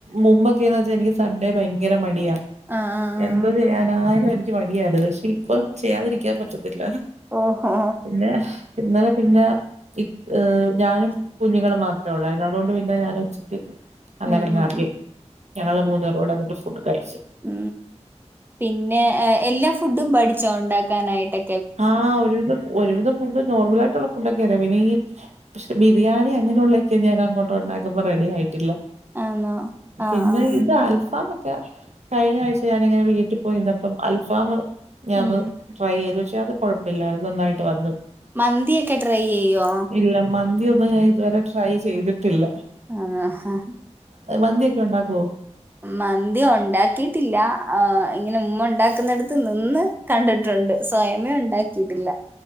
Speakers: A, on the right (about 70°); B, on the right (about 15°).
A: മുമ്പൊക്കെയന്ന് വെച്ചാ എനിക്ക് സൺണ്ടേ ഭയങ്കര മടിയാ
B: ആഹ് ആഹ്
A: എന്തോ
B: ആഹ്
A: ചെയ്യാനായാലും എനിക്ക് മടിയാണ് പക്ഷെ ഇപ്പ ചെയ്യാതിരിക്കാൻ പറ്റത്തില്ല
B: ഓഹോ
A: പിന്നെ ഇന്നലെ പിന്നെ ഏഹ് ഞാനും കുഞ്ഞുങ്ങളും മാത്രമേ ഉള്ളായിരുന്നു അതുകൊണ്ട് പിന്നെ ഞാൻ ഉച്ചക്ക് അങ്ങനെങ്ങാക്കി
B: ഉം ഉം
A: ഞങ്ങള് മൂന്നൂപേരും കൂടെ എന്നിട്ട് ഫുഡ് കഴിച്ചു
B: ഉ പിന്നെ എല്ലാ ഫുഡും പഠിച്ചോ ഉണ്ടാക്കാനായിട്ടൊ
A: ആഹ് ഒരുവിധം ഒരുവിധം ഫുഡ് നോർമൽ ആയിട്ടുള്ള ഫുടൊക്കെ അറിയാ പിന്നെ ഈ പക്ഷെ ബിരിയാണി അങ്ങനെയുള്ളതൊക്കെ ഞാൻ അങ്ങോട്ട് ഇണ്ടകുമ്പോ റെഡി ആയിട്ടില്ല
B: ആന്നോ ആഹ്
A: പിന്നെ
B: ആഹ്
A: ഇത് അൽഫാമൊക്ക കഴിഞ്ഞ ആഴ്ച ഞാനിങ്ങനെ വീട്ടിൽ പോയിരുന്നപ്പം അൽഫാം ഞാൻ
B: ഉം
A: ഒന്ന് ട്രൈ ചെയ്ത് പക്ഷെ അത് കുഴപ്പയിലായിരുന്നു അത് നന്നായിട്ട് വന്നു
B: മന്തിയൊക്കെ ട്രൈ ചെയ്യോ
A: ഇല്ല മന്തി ഒന്നും ഞാൻ ഇതുവരെ ട്രൈ ചെയ്തിട്ടില്ല
B: ആഹ്
A: മന്തിയൊക്കെ ഉണ്ടാക്കുവോ
B: മന്തി ഉണ്ടാക്കിട്ടില്ല ആഹ് ഇങ്ങനെ ഉമ്മ ഉണ്ടാക്കുന്നിടുത്ത് നിന്ന് കണ്ടിട്ടുണ്ട് സ്വയമേ ഉണ്ടാക്കിയിട്ടില്ല